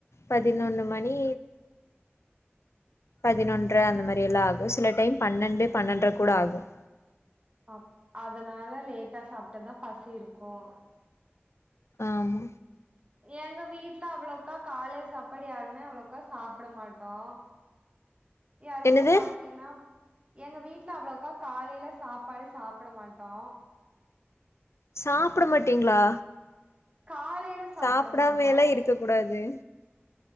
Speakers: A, on the left; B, on the right.
A: பதினொன்னு மணி பதினொன்ற அந்த மாரி எல்லா ஆகும் சில டைம் பன்னெண்டு பன்னென்ற கூட ஆகும்
B: அப் அதனால லேட்டா சாப்ட்டாதா பசி இருக்கும்
A: ஆமா
B: எங்க வீட்ல அவ்ளோக்கா காலை சாப்பாடு யாருமே அவ்ளோக்கா சாப்ட மாட்டோம் யாருக்கோ
A: என்னது
B: பசினா எங்க வீட்ல அவ்ளோக்கா காலைல சாப்பாடு சாப்ட மாட்டோம்
A: சாப்ட மாட்டீங்களா
B: காலைல சாப்ட
A: சாப்டாமேல
B: மாட்டோ
A: இருக்க கூடாது